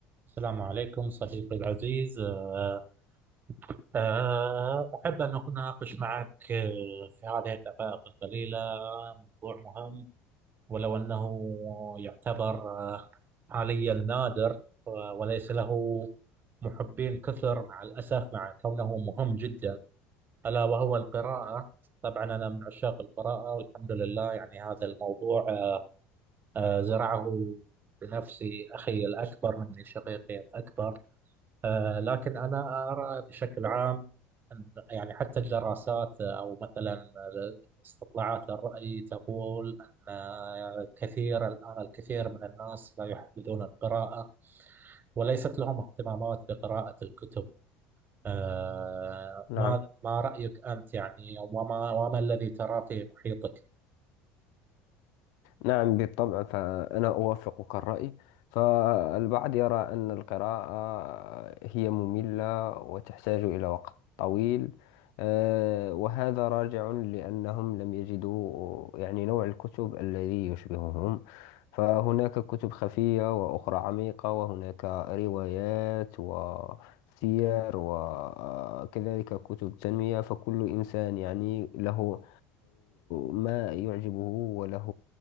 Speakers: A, on the right; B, on the left.
A: السلام عليكم صديقي العزيز آه، آه، أحب أن أناقش معك آه، في هذه الدقائق القليلة موضوع مهم ولو أنه يعتبر آه، حاليا نادر آه، وليس له محبين كثر مع الأسف مع كونه مهم جدا ألا وهو القراءة طبعا أنا من عشاق القراءة والحمد لله يعني هذا الموضوع آه، آه، زرعه بنفسي أخي الأكبر مني شقيقي الأكبر آه، لكن أنا أرى بشكل عام أن يعني حتى الدراسات أو مثلا استطلاعات الرأي تقول أن كثير الآن الكثير من الناس لا يحبذون القراءة وليست لهم اهتمامات بقراءة الكتب آه،
B: نعم
A: ما ما رأيك أنت يعني وما وما الذي تراه في محيطك؟
B: نعم بالطبع فأنا أوافقك الرأي فالبعض يرى أن القراءة هي مملة وتحتاج إلى وقت طويل آه، وهذا راجع لأنهم لم يجدوا يعني نوع الكتب الذي يشبههم فهناك كتب خفية وأخرى عميقة وهناك روايات وسير وكذلك كتب تنمية فكل إنسان يعني له ما يعجبه وله